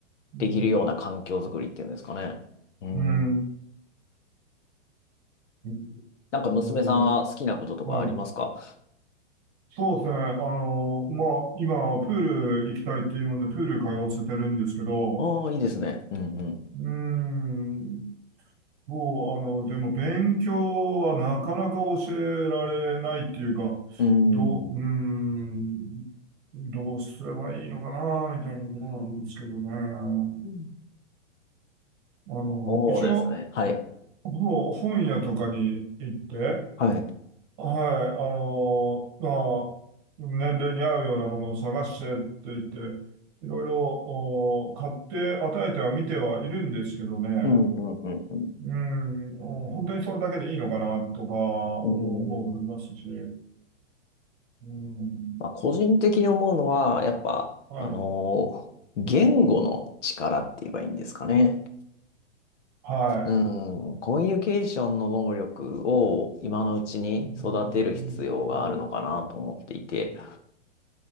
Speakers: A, on the right; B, on the left.
A: うん、
B: できるような環境づくりっていうんですかね。うん。
A: うん、うんえーっ
B: なんか娘さんは好きなこととかありますか
A: と、はいそうですね。あの、まあ、今、プール行きたいっていうもんで、プール通わせてるんですけど、
B: ああー、いいですね。うんうん。
A: うーん、もう、あの、でも、勉強はなかなか教えられないっていうか、
B: うん。
A: どう、うーん、どうすればいいのかな、みたいなところなんですけどね。あ
B: うん
A: の、
B: そうですね。
A: 一応、
B: はい。
A: ほぼ本屋とかに行って、
B: はい。
A: はい、あのまあ、年齢に合うようなものを探してって言って、いろいろお買って与えては見てはいるんですけどね、
B: うん、うん、うん、うん。
A: うん、お本当にそれだけでいいのかなとかも思いますし、
B: うん
A: うん、
B: まあ、個人的に思うのは、やっぱ、
A: はい、
B: あのー言語の力って言えばいいんですかね。
A: はい。
B: うん、コミュニケーションの能力を今のうちに育てる必要があるのかなと思っていて。
A: うんうん